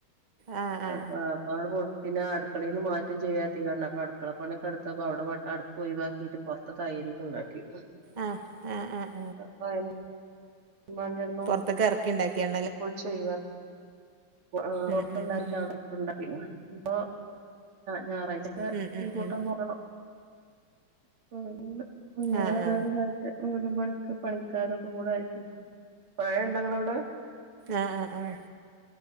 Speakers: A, on the right; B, on the right.
A: ആ ആ
B: അപ്പ അപ്പാ പോ പിന്നെ അടുക്കളയി നിന്ന് മാറ്റും ചെയ്യാത്തതണ്ട് അപ്പ അടുക്കള പണി <unintelligible> <unintelligible> അപ്പ അവിടെ അടുപ്പ് ഒഴിവാക്കിട്ട് പുറത്ത തയരിക്ക ഉണ്ടാക്കി
A: ആഹ് ആഹ് ആഹ്
B: <unintelligible>
A: ഇതൊക്കെ ഇറക്കി ഉണ്ടാക്കിയാ
B: ഇപ്പോൾ <unintelligible> ഒഴിവാക്കി ആഹ്
A: ഉം
B: പുറത്തുണ്ടായിട്ട്
A: ഉം ഉം
B: അവിടെ ണ്ടാക്കി ഇപ്പൊ ഞായറാഴ്ചക്ക
A: ഉം ഉം
B: ഈ കൂട്ടംന്ന്
A: ഉം
B: വേണം <unintelligible> ഇങ്ങനെ
A: ആ
B: <unintelligible>
A: ആ
B: ഓട് പണിക്ക് പണിക്കാര ഒക്കെ കൂടായിട്ട് മഴയുണ്ടൊ നിങ്ങടെ അവിടെ?
A: ആഹ് ആഹ്